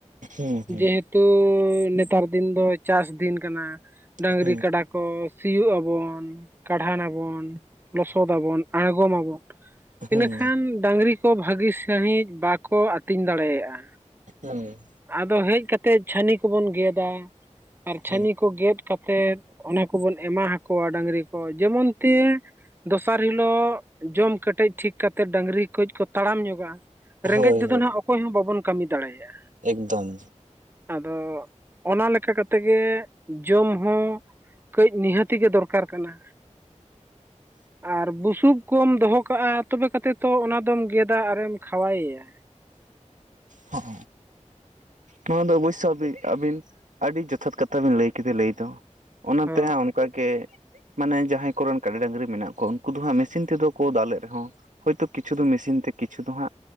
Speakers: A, on the right; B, on the right.
A: ᱦᱩᱸ
B: ᱡᱮᱦᱮᱛᱩ ᱱᱮᱛᱟᱨ ᱫᱤᱱ ᱫᱚ ᱪᱟᱥ ᱫᱤᱱ ᱠᱟᱱᱟ ᱰᱟᱝᱨᱤ
A: ᱦᱩᱸ
B: ᱠᱟᱰᱟ᱾ ᱠᱚ ᱥᱤᱭᱳᱜ ᱟᱵᱚᱱ ᱠᱟᱰᱟᱱᱵᱚᱱ ᱞᱚᱥᱚᱫᱟᱵᱚᱱ ᱟᱬᱜᱚᱢ ᱟᱵᱚᱱᱼᱼ
A: ᱦᱩᱸ
B: ᱤᱱᱟᱹᱠᱷᱟᱱ ᱰᱟᱝᱨᱤ ᱠᱚ ᱵᱷᱟᱹᱜᱤ ᱥᱟᱺᱦᱤᱡ ᱵᱟᱠᱚ ᱟᱹᱛᱤᱧ ᱫᱟᱲᱮᱭᱟᱜᱼᱟ᱾
A: ᱦᱮᱸ
B: ᱟᱫᱚ ᱦᱮᱡ ᱠᱟᱛᱮᱜ ᱪᱷᱟᱹᱱᱤ ᱠᱚᱵᱚᱱ ᱜᱮᱫᱟ ᱟᱨ
A: ᱦᱩᱸ
B: ᱪᱷᱟᱹᱱᱤ ᱠᱚ ᱜᱮᱫᱼᱼ ᱠᱟᱛᱮᱫ ᱚᱱᱟ ᱠᱚᱵᱚᱱ ᱮᱢᱟ ᱟᱠᱠᱚᱣᱟ ᱰᱟᱹᱝᱨᱤ ᱠᱚ ᱡᱮᱢᱚᱱᱼᱼ ᱛᱮ ᱫᱚᱥᱟᱨ ᱦᱤᱞᱳᱜ ᱡᱚᱢ ᱠᱮᱴᱮᱡ ᱴᱷᱤᱠ ᱠᱟᱛᱮ ᱰᱟᱹᱝᱨᱤ ᱠᱟᱹᱡ ᱠᱚ ᱛᱟᱲᱟᱢ ᱧᱚᱜᱟᱼᱟ᱾ ᱨᱮᱸᱜᱮᱡ
A: ᱦᱳᱭ
B: ᱛᱮᱫᱚ
A: ᱦᱳᱭ
B: ᱦᱟᱸᱜ ᱚᱠᱚᱭ ᱦᱚᱸ ᱵᱟᱵᱚᱱ ᱠᱟᱹᱢᱤ ᱫᱟᱲᱮᱭᱟᱜᱼᱟ᱾
A: ᱮᱠᱫᱚᱢ
B: ᱟᱫᱚ ᱚᱱᱟ ᱞᱮᱠᱟ ᱠᱟᱛᱮ ᱜᱮ ᱡᱚᱢ ᱦᱚᱸᱼᱼᱼ ᱠᱟᱹᱡ ᱱᱤᱦᱟᱹᱛᱤ ᱜᱮ ᱫᱚᱨᱠᱟᱨ ᱠᱟᱱᱟ ᱟᱨ ᱵᱩᱥᱩᱵᱼᱼ ᱠᱚᱞ ᱫᱚᱦᱚ ᱠᱟᱜᱼᱟ ᱛᱚᱵᱮ ᱠᱟ ᱠᱟᱛᱮᱮᱫ ᱛᱚ ᱚᱱᱟ ᱫᱚᱢ ᱜᱮᱫᱟ ᱟᱨᱮᱢ ᱠᱷᱟᱣᱟᱭᱮᱭᱟ᱾
A: ᱦᱚᱸ ᱱᱚᱣᱟ ᱫᱚ ᱚᱵᱚᱥᱳᱭ ᱟᱹᱵᱤᱱ ᱟᱹᱰᱤ ᱡᱚᱛᱷᱟᱛ ᱠᱟᱛᱷᱟ ᱵᱤᱱ ᱞᱟᱹᱭ ᱠᱮᱫᱮ ᱞᱟᱹᱭ ᱫᱚ᱾ ᱚᱱᱟᱛᱮᱦᱟᱸ
B: ᱦᱳᱭ
A: ᱚᱱᱠᱟᱜᱮ ᱢᱟᱱᱮ ᱡᱟᱸᱦᱟᱸᱭ ᱠᱚᱨᱮᱱ ᱠᱟᱰᱟ ᱰᱟᱝᱨᱤ ᱢᱮᱱᱟᱜ ᱠᱟ ᱩᱱᱠᱩ ᱫᱚ ᱦᱟᱸᱜ ᱢᱮᱥᱤᱱ ᱛᱮᱫᱚ ᱠᱚ ᱫᱟᱞᱮᱫ ᱨᱮᱦᱚᱸᱼᱼᱼ ᱦᱳᱭᱛᱳ ᱠᱤᱪᱷᱩ ᱫᱚ ᱢᱮᱥᱤᱱ ᱛᱮ ᱠᱤᱪᱷᱩ ᱫᱚ ᱦᱟᱸᱜ